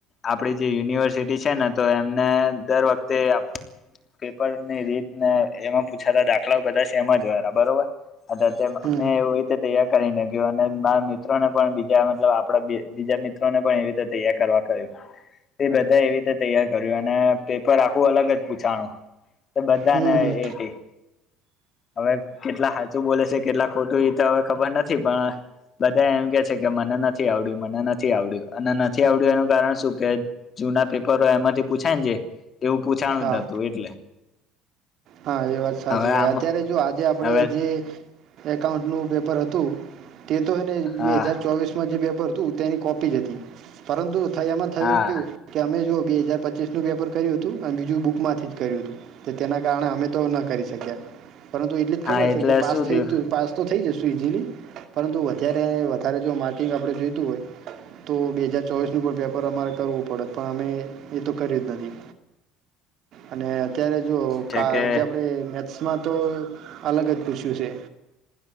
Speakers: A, on the left; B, on the right.
A: આપડી જે યુનિવર્સિટી છે ને, તો એમને દર વખતે પેપરની રીત ને એમાં પૂછાતા દાખલાઓ બધા સેમ જ હોય, બરોબર. અ
B: હમ
A: મેં એવું રીતે તૈયાર કરીને ગયું, અને મારા મિત્રો ને પણ, બીજા મતલબ આપડા બીજા મી ત્રણે ને પણ એવી રીતે તૈયાર કરવા કહ્યું. એ બધા એવી રીતે તૈયાર કર્યું, અને પેપર આખું અલગ જ પૂ છાણું તો બધાને
B: હમ હમ
A: એ. ટી. હવે કેટલા હાચું બોલે છે કેટલા ખોટું, એ તો હવે ખબર નથી, પણ બધા એમ કે છે કે, મને નથી આવડ્યું, મને નથી આવડ્યું. અને નથી આવડ્યું એનું કારણ શું કે જૂના પેપરો એમાંથી પૂછાય ને, જે એવું પૂછાણું
B: હા
A: જ નતું, એટલે
B: હા, એ વાત સાચી.
A: હવે આમ
B: અત્યારે જો આજે આપડે
A: હવે
B: જે એકાઉન્ટનું પેપર હતું. તે તો હને,
A: હા
B: બે હજાર ચોવીસમાં જે પેપર હતું, તેની કોપી જ હતી. પરંતુ થઈ એમાં થયું
A: હા
B: કેઉ. કે અમે જો બે હાજાર પચીસ નું પેપર કર્યું હતું અને બીજું બુક માંથી જ કર્યું હતું, તેના. કારણે, અમે તો ન કરી શક્યા, પરંતુ એટલી ખબર
A: હા
B: છે
A: એટલે
B: કે પાસ
A: શું
B: થઈશું,
A: થયું
B: તું પાસ. તો થઈ જશું ઇઝીલી, પરંતુ વધારે વધારે જો માર્કિંગ આપણે જોઈતું હોય. તો બે હજાર ચોવીસ નું પણ પેપર અમારે કરવું પડે, પણ અમે એ તો કર્યું જ નથી. અને અત્યારે જો.
A: છે
B: કા
A: કે
B: જે આપડે મેથ્સમાં તો અલગ જ પૂછ્યું છે.